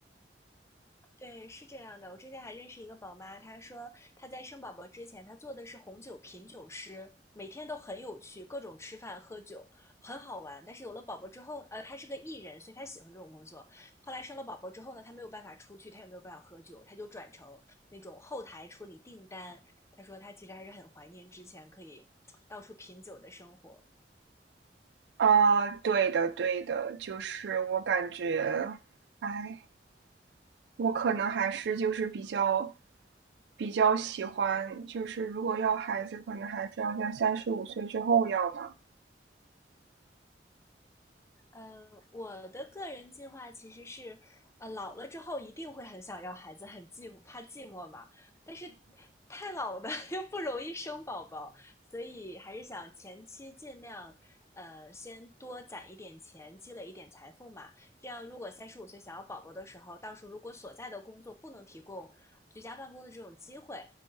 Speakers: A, on the left (about 15°); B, on the right (about 70°).
A: 对，是这样的。我之前还认识一个宝妈，她说她在生宝宝之前，她做的是红酒品酒师，每天都很有趣，各种吃饭喝酒，很好玩。但是有了宝宝之后，呃，她是个艺人，所以她喜欢这种工作。后来生了宝宝之后呢，她没有办法出去，她也没有办法喝酒，她就转成那种后台处理订单。她说她其实还是很怀念之前可以 <tsk> 到处品酒的生活。
B: 啊、呃对的对的，就是我感觉，哎，我可能还是就是比较比较喜欢，就是如果要孩子，可能还是要在三十五岁之后要吧。
A: 呃，我的个人计划其实是，呃，老了之后一定会很想要孩子，很寂寞，怕寂寞嘛。但是太老的 <laughs> 又不容易生宝宝，所以还是想前期尽量，呃，先多攒一点钱，积累一点财富嘛。这样，如果三十五岁想要宝宝的时候，到时候如果所在的工作不能提供居家办公的这种机会，